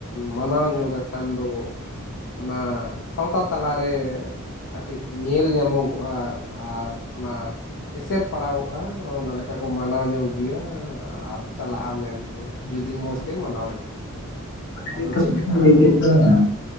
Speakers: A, on the left; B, on the left.
A: ᱢᱟᱱᱟᱣ ᱧᱚᱜ ᱞᱮᱠᱷᱟᱱ ᱫᱚ ᱚᱱᱟ ᱥᱟᱶᱛᱟ ᱛᱟᱞᱟᱨᱮ ᱠᱟᱹᱴᱤᱡ ᱧᱮᱞ ᱧᱟᱢᱚᱜᱚᱜᱼᱟ ᱟᱨ ᱚᱱᱟ ᱮᱥᱮᱨ ᱯᱟᱲᱟᱣᱚᱜ-ᱟ ᱚᱱᱟ ᱞᱮᱠᱟ ᱠᱚ ᱢᱟᱱᱟᱣ ᱧᱚᱜ ᱜᱮᱭᱟ ᱟᱨ ᱪᱟᱞᱟᱜ-ᱟ ᱢᱮᱱᱛᱮ ᱡᱩᱫᱤ ᱢᱚᱸᱡᱽ ᱛᱮᱢ ᱢᱟᱱᱟᱣ ᱞᱮᱠᱷᱟᱱ ᱫᱚ
B: ᱢᱟᱱᱮ
A: ᱟᱫᱚ
B: ᱢᱤᱫ ᱠᱟᱛᱷᱟ
A: ᱪᱮᱫ ᱞᱮᱠᱟ ᱦᱟᱸᱜ
B: ᱞᱟᱹᱭ ᱠᱮᱫ
A: ᱮᱢ
B: ᱛᱟᱞᱟᱝᱟ